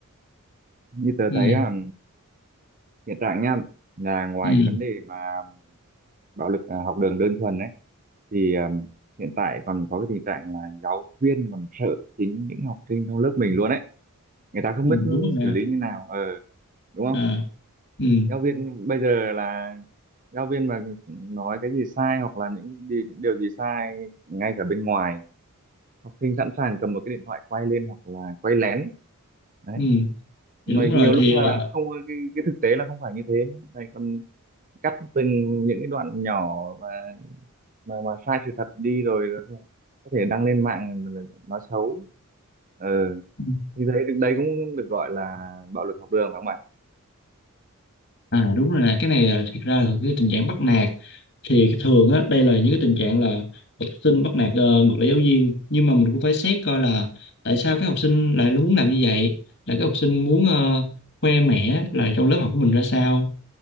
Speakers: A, on the right; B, on the left.
A: như tớ
B: ừ,
A: thấy ờ, hiện tại nha là ngoài
B: ừ,
A: cái vấn đề mà bạo lực ờ, học đường đơn thuần ấy thì ờ, hiện tại còn có cái tình trạng là giáo viên còn sợ chính những học sinh trong lớp mình luôn ấy người ta không
B: ừ
A: biết
B: đúng rồi nè
A: xử lý như nào ờ đúng không
B: à, ừ,
A: giáo viên bây giờ là giáo viên mà nói cái gì sai hoặc là những đi- điều gì sai ngay cả bên ngoài học sinh sẵn sàng cầm một cái điện thoại quay lên hoặc là quay lén đấy
B: ừ
A: mà
B: thì đúng rồi
A: nhiều lúc
B: thì
A: là
B: ờ,
A: không cái, cái thực tế là không phải như thế thầy còn cắt từng những cái đoạn nhỏ và mà, mà sai sự thật đi rồi có thể đăng lên mạng rồi nói xấu ờ
B: ừ,
A: thì đấy đấy cũng được gọi là bạo lực học đường phải không bạn
B: À đúng rồi nè, cái này là thiệt ra là cái tình trạng bắt nạt thì cái thường á đây là những cái tình trạng là học sinh bắt nạt ờ, ngược lại giáo viên nhưng mà mình cũng phải xét coi là tại sao cái học sinh lại muốn làm như vậy là cái học sinh muốn ờ, khoe mẽ là trong lớp học của mình ra sao